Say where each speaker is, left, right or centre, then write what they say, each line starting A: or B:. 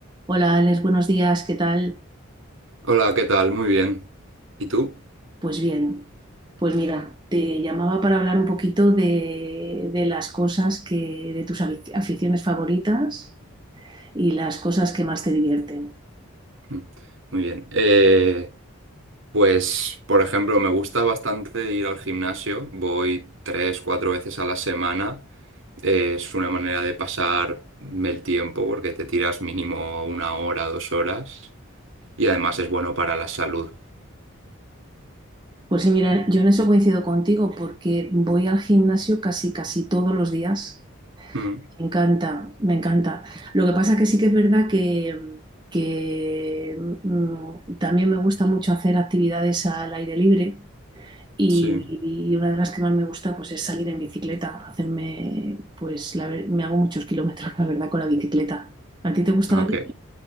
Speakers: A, on the right; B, on the right.
A: Hola Alex, buenos días, ¿qué tal?
B: Hola, ¿qué tal? Muy bien. ¿Y tú?
A: Pues bien, pues mira, te llamaba para hablar un poquito de, de las cosas que, de tus afic- aficiones favoritas y las cosas que más te divierten.
B: Mm, Muy bien. Eh, pues, por ejemplo, me gusta bastante ir al gimnasio. Voy tres, cuatro veces a la semana. Eh, es una manera de pasar el tiempo porque te tiras mínimo una hora, dos horas. Y además es bueno para la salud.
A: Pues sí, mira, yo en eso coincido contigo porque voy al gimnasio casi, casi todos los días.
B: Mm,
A: Me encanta, me encanta. Lo que pasa que sí que es verdad que, que, mm, también me gusta mucho hacer actividades al aire libre. Y,
B: sí.
A: y una de las que más me gusta pues, es salir en bicicleta, hacerme, pues la ver- me hago muchos kilómetros, la verdad, con la bicicleta. ¿A ti te gusta
B: Ok.
A: la bicicleta?